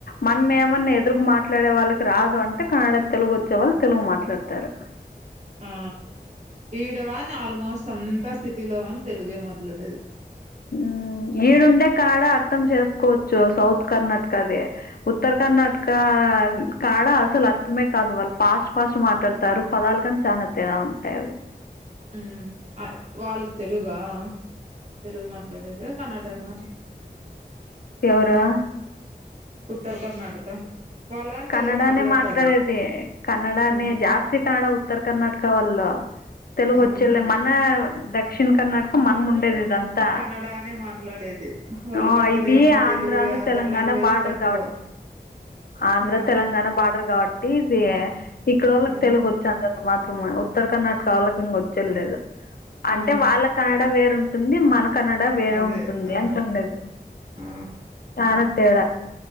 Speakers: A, on the left; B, on the right.
A: మనం ఏమన్నా ఎదురు మాట్లాడే వాళ్ళ త్ రాదు అంటే కన్నడ తెలుగోచ్చే వాళ్ళు తెలుగు మాట్లాడుతారు
B: ఆ ఈడవానీ ఆల్మోస్ట్ అంతా సిటీ లో గానీ తెలుగే మాట్లాడేది
A: ఊ ఈడుండే కాడ అర్థం చేస్కోవచ్చు సౌత్ కర్ణాటక ది ఉత్తర కర్ణాటకా కాడ అసలు అర్థమే కాదు వాళ్ళు ఫాస్ట్ ఫాస్ట్ మాట్లాడతారు పదాలు కానీ చాలా తేడా ఉంటాయి అవి
B: ఊమ్ వాళ్ళు తెలుగా తెలుగు మాట్లాడేదా కన్నడ నా
A: ఎవరా
B: ఉత్తర కర్ణాటక వాళ్ళు కాని
A: కన్నడానే
B: తెలుగు మాట్లాడతారు
A: మాట్లాడేది కన్నడానే
B: మ్
A: జాస్తి కన్నడా ఉత్తర కర్ణాటక వాళ్ళు తెలుగోచ్చేలే
B: ఆ
A: మన దక్షిణ కర్ణాటక మనం ఉండేది ఇదంతా
B: నడా నే మాట్లాడేది వాళ్ళకు
A: ఆ
B: అసలు
A: ఇవి
B: ఏం తెలుగు
A: ఆంధ్రాను
B: అదర్
A: తెలంగాణ
B: లాంగ్వేజస్
A: బార్డర్
B: తక్కువ
A: కాబట్టి ఆంధ్ర
B: ఆ
A: తెలంగాణ బార్డర్ కాబట్టి ఇది ఇక్కడోళ్ళకి
B: ఆ
A: తెలుగోచ్చి అంతంత మాత్రమే ఉత్తర కర్ణట్కా వాళ్ళకి ఇంగోచ్చే లేదు అంటే
B: ఆ
A: వాళ్ళ కన్నడ వేరుంటుంది మన కన్నడ వేరే
B: అదే
A: ఉంటుంది
B: ఆ
A: అంతుండదు
B: ఆ
A: చానా తేడా